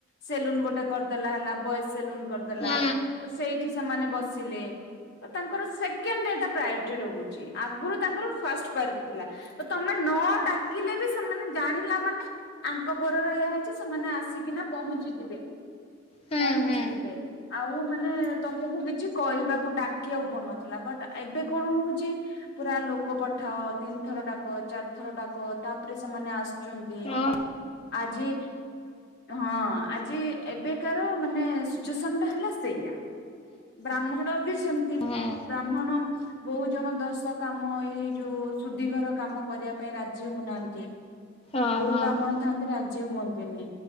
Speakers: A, on the left; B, on the left.
A: ସେଲୁନ୍ ଗୋଟେ କରିଦେଲା ହେଲା ବଏଜ ସେଲୁନ୍ କରିଦେଲା
B: ହୁଁ
A: ସେଇଠି ସେମାନେ ବସିଲେ ତାଙ୍କର ସେକେଣ୍ଡ ଆଇଟା ପ୍ରାଇଓ ରିଟି ରହୁଛି ଆଗରୁ ତାଙ୍କର ଫାଷ୍ଟ ପ୍ରାଇଓରିଟି ଥିଲା ତ ତମେ ନ ଥିଲେ ବି ସେମାନେ ଜାଣିଲା ମାନେ ଆଙ୍କ ଘରର ଏୟା ହେଇଛି ସେମାନେ ଆସିକିନା ପହଞ୍ଚିଯିବେ।
B: ହୁଁ
A: ପହଞ୍ଚିଯିବେ।
B: ହୁଁ ହୁଁ।
A: ଆଉ ମାନେ ତମକୁ କିଛି କହିବାକୁ ଡାକିବାକୁ ପଡୁନଥିଲା ବଟ ଏବେ କଣ ହଉଛି? ପୁରା ଲୋକ ପଠାଅ ତିନି ଥର ଡାକ ଚାରି ଥର ଡାକ ତାପରେ ସେମାନେ ଆସୁଛନ୍ତି
B: ହଁ
A: ଆଜି ହଁ ଆଜି ଏବେକାର ମାନେ ସିଚୁଏସନ ଟା ହେଲା ସେଇଆ। ବ୍ରାହ୍ମଣ ବି ସେମିତି
B: ହଁ
A: ବ୍ରାହ୍ମଣ ବହୁ ଜଣ ଦଶ କାମ ଏଇ ଯୋଉ ସୁଧିଘର କାମ କରିବା ପାଇଁ ରାଜି ହଉନାହାନ୍ତି।
B: ହଁ
A: ବହୁତ
B: ହଁ
A: ବ୍ରାହ୍ମଣ ଥାନ୍ତି ରାଜି ହୁଅନ୍ତିନି